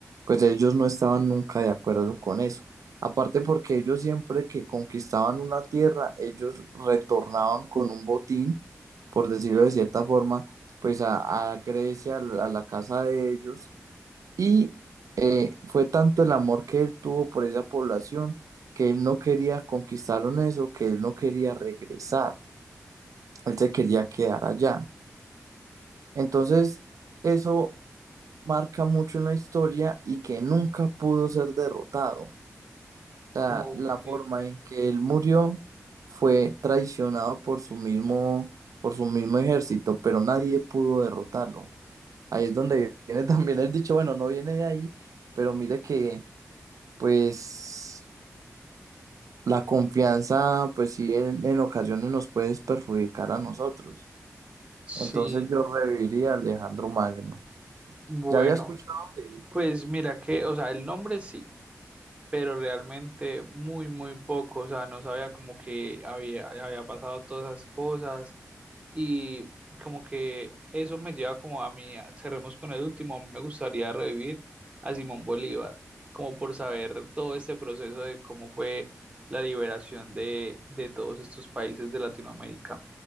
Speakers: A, on the right (about 80°); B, on the right (about 20°).
A: pues ellos no estaban nunca de acuerdo con eso. Aparte porque ellos siempre que conquistaban una tierra, ellos retornaban con un botín, por decirlo de cierta forma, pues a, a Grecia, a la a la casa de ellos. Y eh, fue tanto el amor que él tuvo por esa población que él no quería conquistaron eso, que él no quería regresar. Él se quería quedar allá. Entonces, eso marca mucho en la historia y que nunca pudo ser derrotado. sea,
B: ok,
A: la forma en que él murió fue traicionado por su mismo, por su mismo ejército, pero nadie pudo derrotarlo. Ahí es donde <laughs> viene también el dicho, bueno, no viene de ahí, pero mire que, pues, la confianza, pues sí, en, en ocasiones nos puede perjudicar a nosotros.
B: sí,
A: Entonces yo reviviría a Alejandro Magno.
B: bueno,
A: ¿Ya había escuchado de él?
B: pues mira que, o sea, el nombre sí, pero realmente muy, muy poco, o sea, no sabía como que había, había pasado todas esas cosas y como que eso me lleva como a mí, a- cerremos con el último, a mí me gustaría revivir a Simón Bolívar, como por saber todo este proceso de cómo fue la liberación de, de todos estos países de Latinoamérica.